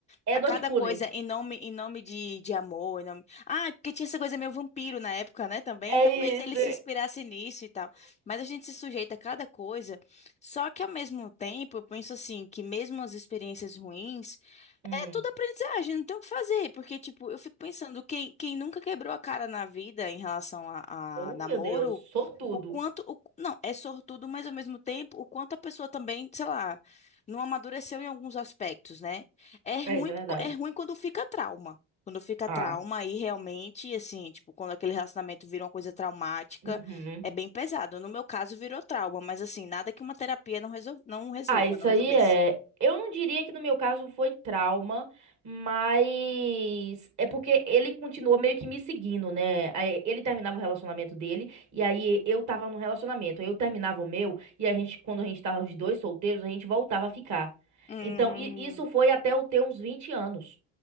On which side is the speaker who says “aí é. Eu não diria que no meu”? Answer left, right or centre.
Right